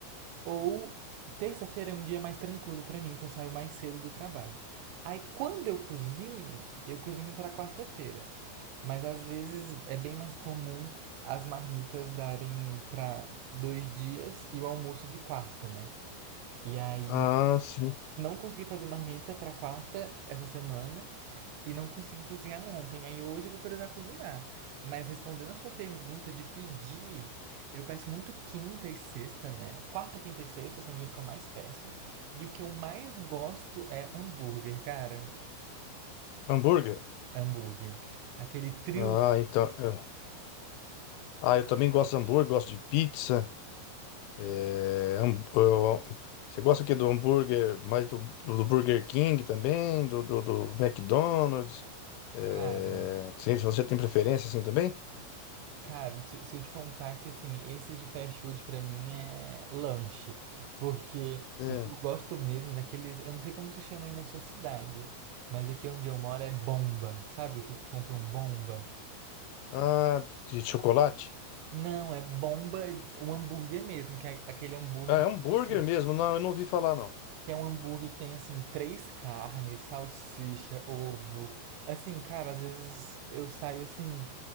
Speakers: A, on the right; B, on the left.
A: ou terça-feira é um dia mais tranquilo para mim, que eu saio mais cedo do trabalho. Aí, quando eu cozinho, eu cozinho para quarta-feira. Mas às vezes é bem mais comum as marmitas darem para dois dias e o almoço de quarta, né? E aí
B: Ah, sim.
A: Não consegui fazer marmita pra quarta essa semana e não consegui cozinhar ontem. Aí hoje eu vou precisar cozinhar. Mas respondendo a sua pergunta de pedir, eu peço muito quinta e sexta, né? Quarta, quinta e sexta são os dias que eu mais peço. E o que eu mais gosto é hambúrguer, cara.
B: Hambúrguer?
A: Hambúrguer. Aquele trio,
B: Ah, então. é. Ah, eu também gosto de hambúrguer, gosto de pizza. É, ham- ó, você gosta o quê do hambúrguer? Mais do, do Burger King também, do, do, do McDonald's? É,
A: cara.
B: sim, você tem preferência assim também?
A: Cara, se se eu te contar que assim, esse de fast food pra mim é lanche, porque
B: É.
A: o que eu gosto mesmo é daqueles, eu não sei como se chama aí na sua cidade, mas aqui onde eu moro é bomba, sabe? Você compra um bomba.
B: Ah, de de chocolate?
A: Não, é bomba, o hambúrguer mesmo, que é aquele hambúrguer
B: Ah, é
A: que
B: hambúrguer
A: fica assim,
B: mesmo? Não, eu não ouvi falar, não.
A: Que é um hambúrguer que tem, assim, três carnes, salsicha, ovo. Assim, cara, às vezes eu saio assim,